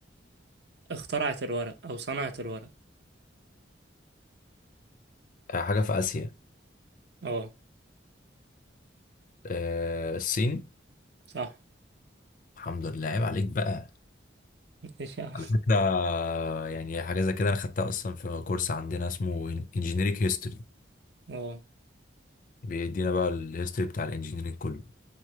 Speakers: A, on the right (about 60°); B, on the left (about 45°).
A: اخترعت الورق او صنعت الورق
B: آه، حاجة في آسيا
A: اه
B: آه، الصين
A: صح
B: الحمد لله عيب عليك بقى
A: ايش يا عم؟
B: على فكرة يعني حاجة زي كده أنا خدتها أصلا في كورس عندنا اسمه انجينيريك هيستوري
A: اه
B: بيدينا بقى الهيستوري بتاع الانجينيرينج كله